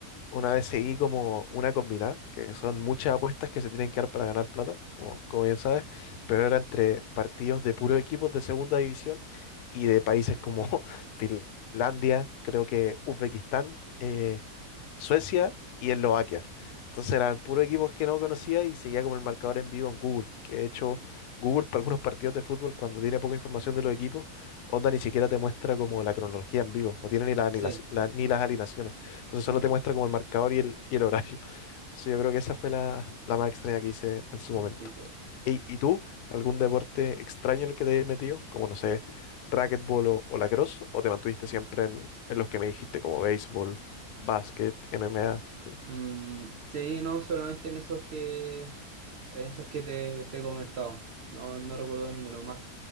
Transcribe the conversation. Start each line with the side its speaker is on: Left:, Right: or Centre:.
Left: Una vez seguí como una combinada, que son muchas apuestas que se tienen que dar para ganar plata, como, como bien sabes, pero era entre partidos de puros equipos de segunda división y de países como <laughs> Finlandia, creo que Uzbekistán, eh, Suecia y Eslovaquia. Entonces eran puros equipos que no conocía y seguía como el marcador en vivo en Google, que de hecho Google para algunos partidos de fútbol cuando tiene poca información de los equipos, Onda ni siquiera te muestra como la cronología en vivo, no tiene ni, la- ni
Right: Sí.
Left: las, la- ni las alineaciones. Entonces
Right: Mm.
Left: solo te muestra como el marcador y el, y el horario. Entonces yo creo que esa fue la, la más extraña que hice en su
Right: Oh,
Left: momento.
Right: Perfecto.
Left: ¿Y, y tú, algún deporte extraño en el que te hayas metido? Como no sé, racquetball o, o lacrosse, o te mantuviste siempre en, en los que me dijiste, como béisbol, básquet, MMA. Sí.
Right: Mm, sí, no, solamente en esos que, en esos que te, te he comentado. No, no recuerdo ninguno más.